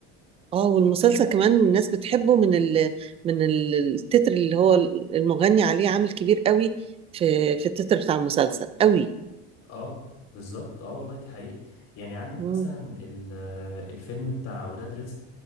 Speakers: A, on the right; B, on the left.
A: اه والمسلسل كمان الناس بتحبه من ال... من ال- التتر اللي هو المغني عليه عامل كبير قوي في في التتر بتاع المسلسل قوي
B: اه بالظبط اه والله دي حقيقة يعني عندك
A: مم.
B: مثلا ال- آه، الفيلم بتاع ولاد رزق